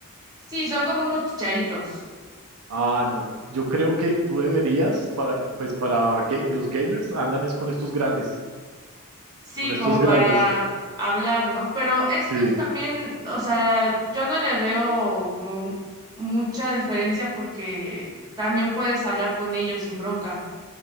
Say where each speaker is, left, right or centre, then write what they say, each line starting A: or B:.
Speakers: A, on the right; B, on the right.
A: Sí, son como unos chicharitos.
B: Ah, no. Yo creo que tú deberías para, pues para que los gamers andan es con estos grandes,
A: Sí,
B: con estos
A: como
B: grandes.
A: para hablar, ¿no? Pero estos
B: Sí.
A: también, o sea, yo no le veo como mu- mucha diferencia porque también puedes hablar con ellos sin bronca.